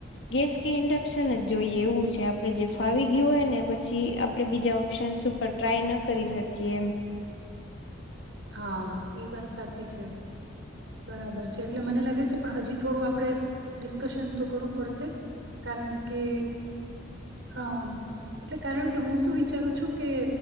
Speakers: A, on the left; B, on the right.
A: ગેસ કે ઇન્ડક્શન જ જોઈએ એવું છે આપણે જે ફાવી ગયું હોય ને પછી આપણે બીજા ઓપ્શન્સ ઉપર ટ્રાય ન કરી શકીએ એમ.
B: હા એ વાત સાચી છે, બરાબર છે એટલે મને લાગે છે પણ હજી થોડું આપણે ડિસ્કશન તો કરવું પડશે, કારણ કે અમ એટલે કારણ કે હું શું વિચારું છું કે